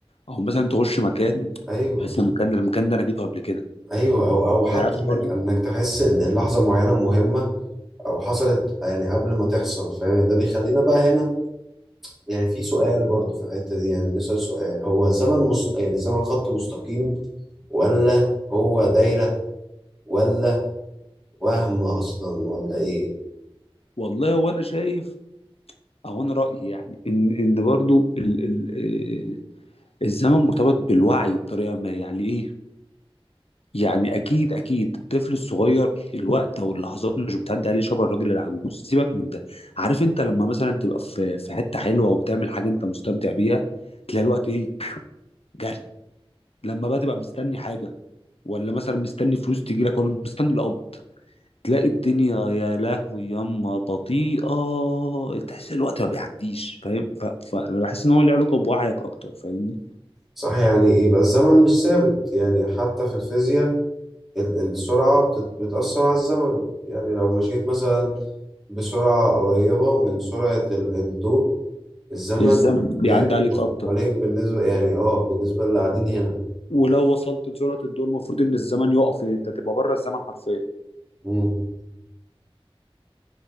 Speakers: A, on the left (about 80°); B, in the centre.
A: او مثلا تخش مكان
B: ايوه
A: تحس إن المكان ده المكان ده انا جيته قبل كده
B: ايوه او او حتى
A: عارف الحوار
B: انك
A: ده
B: انك تحس ان لحظه معينه مهمه او حصلت يعني قبل ما تحصل فاهم ده بيخلينا بقى هنا يعني في سؤال برضو في الحته دي يعني نسال سؤال هو الزمن مست... يعني الزمن خط مستقيم ولا هو دايره ولا وهم اصلا ولا ايه
A: والله هو انا شايف او انا رايي يعني ان ان برضو ال ال آه، الزمن مرتبط بالوعي بطريقه ما يعني ايه يعني اكيد اكيد الطفل الصغير الوقت او اللحظات مش بتعدي عليه شبه الراجل العجوز سيبك من ده عارف انت لما مثلا تبقى في في حته حلوه وبتعمل حاجه انت مستمتع بيها تلاقي الوقت ايه جري لما بقى تبقى مستني حاجه ولا مثلا مستني فلوس تجي لك ولا مستني القبض تلاقي الدنيا يا لهوي ياما بطيئه تحس الوقت ما بيعديش فاهم ف... فانا بحس ان هو له علاقه بوعيك اكتر فاهمني
B: صح يعني يبقى الزمن مش ثابت يعني حتى في الفيزياء ال- السرعة بتت- بتأثر على الزمن يعني لو مشيت مثلا بسرعة قريبة من سرعة ال- الضوء الزمن
A: الزمن بيعدي
B: بيبقى
A: عليك اكتر
B: عليك بالنسبة يعني اه بالنسبة للي قاعدين هنا
A: ولو وصلت لجرة الدور المفروض ان الزمن يقف يعني انت تبقى بره الزمن حرفيا
B: مم.